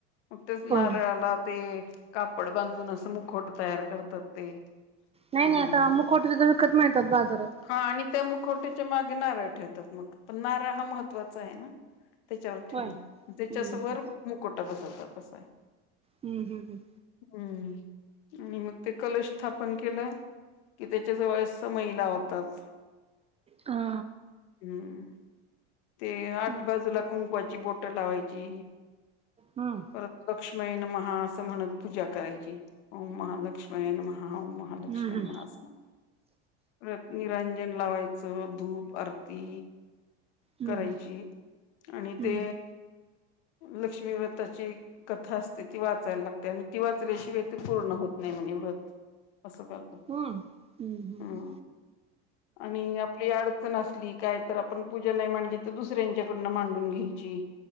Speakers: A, on the left; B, on the right.
A: मग तेच
B: होय
A: नारळाला ते कापड बांधून असं मुखवट तयार करतात ते.
B: नाही
A: हम्
B: नाही आता मुखवटे तर विकत मिळतात बाजारात.
A: हा आणि त्यामुखवट्याच्या मागे नारळ ठेवतात. मग पण नारळ हा महत्त्वाचा आहे ना? त्याच्यावर ठेवण
B: होय
A: त्याच्यासवरर
B: हम्म
A: मुकोटा बसवतात आहे.
B: हम्म हम्म हम्म
A: हम्म आणि मग ते कलश स्थापन केलं कि त्याच्या जवळ समाई लावतात.
B: हा
A: हम्म ते आठ
B: मग
A: बाजूला कुंकवाची बोट लावायची
B: हम्म
A: परतक्ष लक्ष्मन महा असं म्हणत पूजा करायची महालक्ष्मयन महा. ॐ महालक्ष्मण
B: हम्म
A: मास निरंजन लावायच. धूप आरती.
B: हम्म
A: करायची आणि
B: हम्म
A: ते. लक्ष्मी व्रताची कथा असते ती वाचायला लागते आणि ती वाचल्याशिवाय ते पूर्ण होत नाही. व्रत असं करत
B: हम्म हम्म. हम्म हम्म हम्म हम्म.
A: हम् आणि आपली आड. ली काय तर आपण पूजा नाही मांडली तर दुसऱ्यांच्याकडून मांडून घ्यायची.